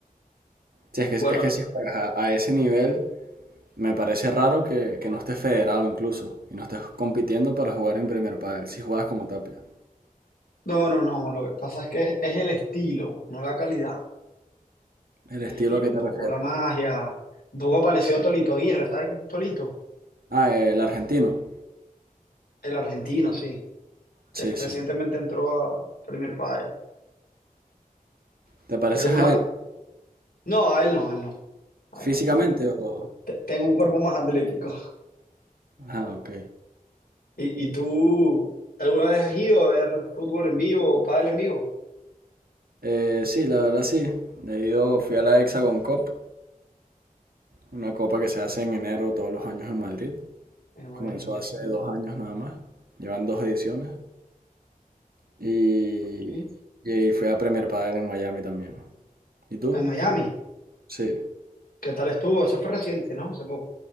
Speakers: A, on the right; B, on the left.
A: Sí, es que,
B: bueno,
A: es que si juegas a, a ese nivel, me parece raro que, que no estés federado incluso y no estés compitiendo para jugar en Premier Padel, si juegas como Tapia.
B: no, no, no, lo que pasa es que es, es el estilo, no la calidad,
A: ¿El
B: es
A: estilo
B: el estilo,
A: a qué
B: un
A: te
B: poco
A: refieres?
B: la magia, un poco parecido a Tolito Aguirre, ¿sabes quién es Tolito?
A: Ah, el argentino.
B: El argentino, sí, que
A: Sí,
B: recientemente
A: sí.
B: entró a Premier Padel.
A: ¿Te pareces
B: ¿Y alguna?
A: a él
B: No, a él no, a él no. A
A: físicamente
B: él no. Yo
A: o...?
B: te- tengo un cuerpo más atlético.
A: Ah, ok.
B: ¿Y, y tú alguna vez has ido a ver fútbol en vivo o pádel en vivo?
A: Eh, sí, la verdad sí. He ido, fui a la Hexagon Cup, una copa que se hace en enero todos los años en Madrid.
B: En Madrid.
A: Comenzó hace dos años nada más. Llevan dos ediciones. Y,
B: ¿sí?
A: y fui a Premier Padel en Miami también. ¿Y tú?
B: En Miami.
A: Sí,
B: ¿Qué tal estuvo? Eso fue reciente, ¿no? Hace poco.